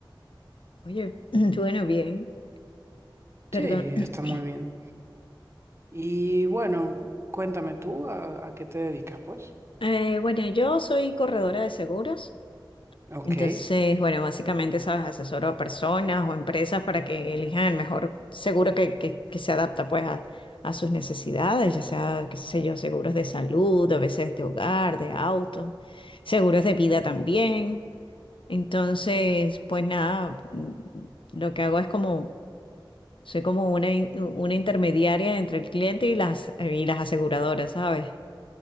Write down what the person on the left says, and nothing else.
Oye, <clears throat> bueno, bien, perdón.
<clears throat>
Eh, bueno, yo soy corredora de seguros.
Entonces, bueno, básicamente, ¿sabes? Asesoro a personas o empresas para que elijan el mejor seguro que, que- que se adapta pues a, a sus necesidades, ya sea, qué sé yo, seguros de salud, a veces de hogar, de auto, seguros de vida también. Entonces, pues nada, mm, lo que hago es como, soy como una, in- una intermediaria entre el cliente y las, y las aseguradoras, ¿sabes?